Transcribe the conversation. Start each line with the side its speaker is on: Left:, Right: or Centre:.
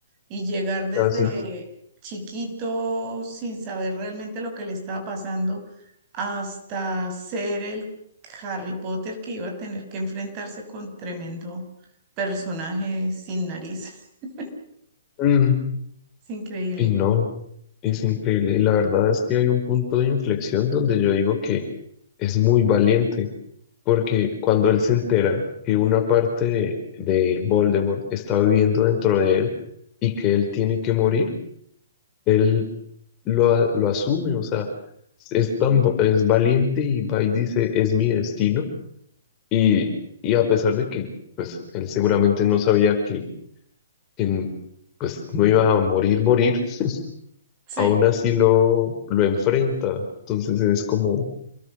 Right: Y llegar desde
Left: casi.
Right: chiquito sin saber realmente lo que le estaba pasando hasta ser el Harry Potter que iba a tener que enfrentarse con tremendo personaje sin nariz. <laughs>
Left: Mm,
Right: Es increíble.
Left: Y no, es increíble. Y la verdad es que hay un punto de inflexión donde yo digo que es muy valiente, porque cuando él se entera que una parte de, de Voldemort está viviendo dentro de él y que él tiene que morir, él lo, a- lo asume, o sea, es tan, va- es valiente y va y dice, es mi destino Y, y a pesar de que pues, él seguramente no sabía que, que, pues, no iba a morir, morir, <laughs>
Right: Sí,
Left: aún así lo, lo enfrenta. Entonces es como